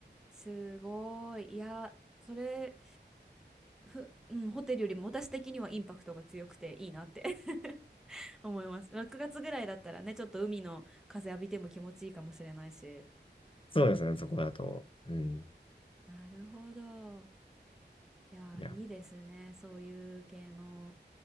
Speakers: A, in the centre; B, on the left.
A: すごい。いや、それ、ふ、うん、ホテルよりも私的にはインパクトが強くていいなって <laughs> 思います。6月ぐらいだったらね、ちょっと海の風浴びても気持ちいいかもしれないし。
B: そうですね、そこだと。うん。
A: なるほど。いやー、
B: いや、
A: いいですね。そういう系の、